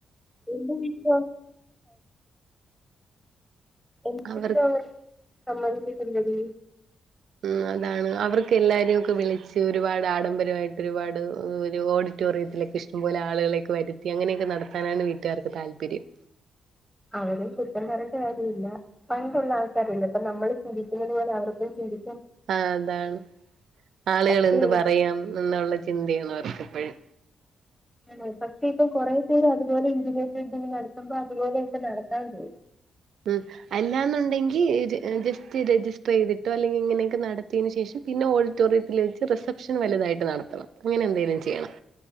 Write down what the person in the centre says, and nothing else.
എന്ത വീട്ട എങ്കിലും
അവ സമ്മദിപ്പിച് എല്ലടി.
അവരും കുറ്റം പറേണ്ട കാര്യ ഇല്ല പണ്ടുള്ള ആൾക്കാരല്ല ഇപ്പ നമ്മള് ചിന്തിക്കുന്നത് പോലെ അവർക്കും ചിന്തി
പക്ഷെ
അ പക്ഷേ ഇപ്പൊ കൊറേ പേര് അതുപോലെ ഇന്റിമേറ്റ് വെഡിങ് നടത്തുമ്പോ അതുപോലെക്കെ നടത്താ തോന്നും.